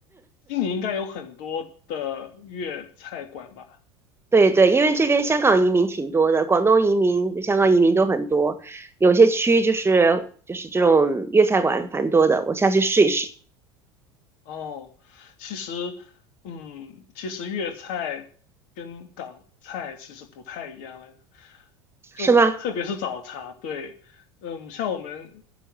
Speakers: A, on the left; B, on the right.
A: 悉尼应该有很多的粤菜馆吧？
B: 对对，因为这边香港移民挺多的，广东移民、香港移民都很多，有些区就是就是这种粤菜馆蛮多的，我下去试一试，
A: 哦，其实，嗯，其实粤菜跟港菜其实不太一样来着，就特别是早茶，
B: 是吗？
A: 对，嗯，像我们